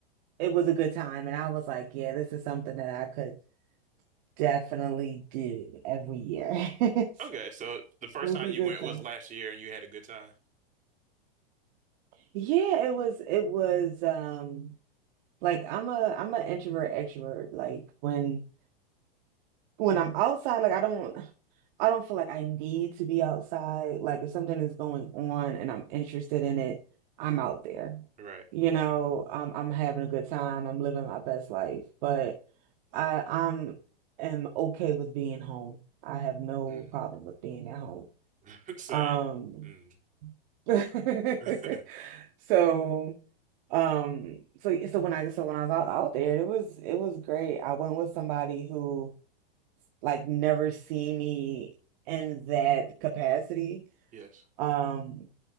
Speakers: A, on the right; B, on the right.
A: it was a good time, and I was like, yeah, this is something that I could. definitely do every year. <laughs>
B: Okay, so the first
A: It's
B: time
A: a
B: you
A: good
B: went
A: time.
B: was last year, and you had a good time.
A: Yeah, it was it was um like I'm a I'm an introvert extrovert. Like when when I'm outside, like I don't I don't feel like I need to be outside. Like if something is going on and I'm interested in it, I'm out there.
B: Right.
A: You
B: <laughs>
A: know, I'm I'm having a good time. I'm living my best life. But I I'm am okay with being home. I have no
B: Mhm.
A: problem with being at home.
B: <laughs> Same.
A: Um,
B: Mm.
A: <laughs>
B: <laughs>
A: So, um, so yeah, so when I so when I was out, out there, it was it was great. I went with somebody who like never seen me in that capacity.
B: Yes.
A: Um,